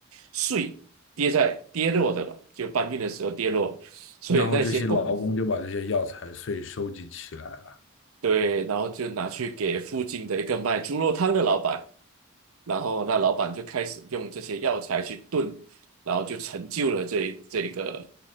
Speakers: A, on the right (about 85°); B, on the left (about 60°).
A: 碎跌在跌落的了，就搬运的时候跌落，所以那些工
B: 然后这些劳工就把这些药材碎收集起来了。
A: 对，然后就拿去给附近的一个卖猪肉汤的老板。然后那老板就开始用这些药材去炖，然后就成就了这这个